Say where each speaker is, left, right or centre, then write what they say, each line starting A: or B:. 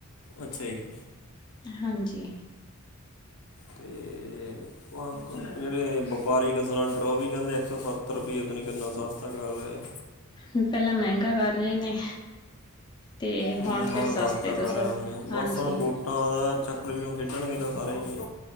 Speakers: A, on the left (about 75°); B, on the left (about 20°).
A: ਅੱਛਾ ਜੀ।
B: ਹਾਂਜੀ
A: ਤੇ <unintelligible> ਜੇੜੇ ਵਪਾਰਕਿ ਸਿਲੰਡਰ ਉਹ ਵੀ ਕਹਿੰਦੇ ਇੱਕ ਸੌ ਸੱਤ ਇਕ ਰੁਪੈਈ ਏ ਤੇ ਨੀ ਕਰਨਾ ਸਸਤਾ ਕਰ ਰਿਹਾ ਐ।
B: ਪਹਿਲਾਂ ਮਹਿੰਗਾ ਕਰ ਰਹੇ ਨੇ ਤੇ
A: ਹੂੰ
B: ਫਿਰ
A: ਹੁਣ
B: ਸਸਤੇ
A: ਖ ਸਸਤਾ
B: ਤੋਂ
A: ਕਰਣ
B: ਸਸਤੇ
A: ਗੀਆਂ,
B: ਹਾਂਜੀ
A: ਬਸ ਹੁਣ ਵੋਟਾਂ ਦਾ ਚੱਕਰ ਵੀ ਹੁਣ ਖੇਡਣਗੇ ਨਾ ਸਾਰੇ ਜੀ।